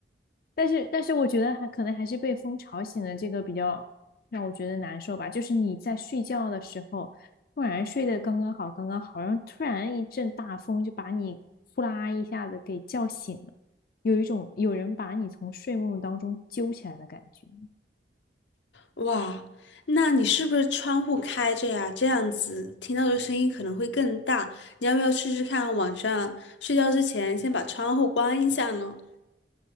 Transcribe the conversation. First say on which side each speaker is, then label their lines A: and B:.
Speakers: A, on the left; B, on the left.
A: 但是，但是我觉得还可能还是被风吵醒了，这个比较让我觉得难受吧。就是你在睡觉的时候，突然睡得刚刚好，刚刚好，然后突然一阵大风就把你呼啦一下子给叫醒了，有一种有人把你从睡梦当中揪起来的感觉。
B: 哇，那你是不是窗户开着呀？这样子听到的声音可能会更大。你要不要试试看，晚上睡觉之前先把窗户关一下呢？